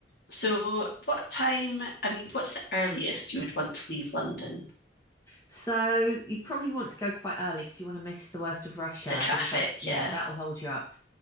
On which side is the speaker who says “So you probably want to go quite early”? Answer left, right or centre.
Left